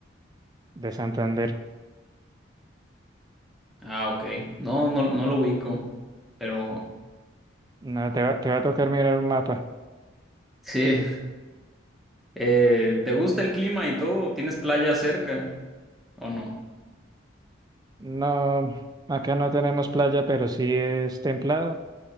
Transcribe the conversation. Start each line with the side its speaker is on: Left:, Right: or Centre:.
Right: de Santander.
Centre: Ah, ok, no, no, no lo ubico, pero
Right: No, te va, te va a tocar mirar un mapa.
Centre: sí. <laughs> Eh, ¿te gusta el clima y todo? ¿Tienes playa cerca o no?
Right: No, acá no tenemos playa, pero sí es templado.